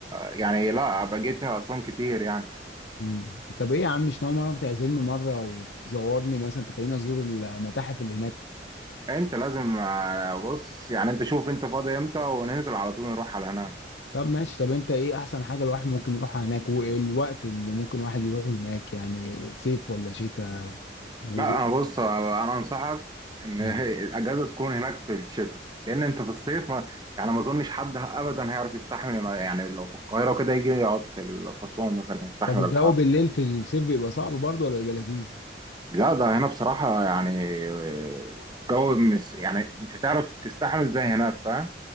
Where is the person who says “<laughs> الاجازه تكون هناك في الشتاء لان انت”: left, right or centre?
Right